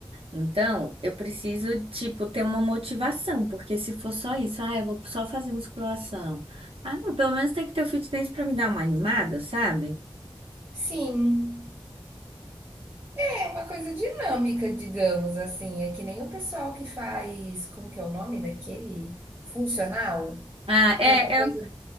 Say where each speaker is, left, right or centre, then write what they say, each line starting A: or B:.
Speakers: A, on the right; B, on the right.
A: Então, eu preciso, tipo, ter uma motivação, porque se for só isso, ah, eu vou só fazer musculação. Ah, não, pelo menos tem que ter o fitness pra me dar uma animada, sabe?
B: Sim, é uma coisa dinâmica, digamos assim. É que nem o pessoal que faz, como que é o nome daquele? Funcional,
A: Ah, é,
B: que é uma coisa
A: eu,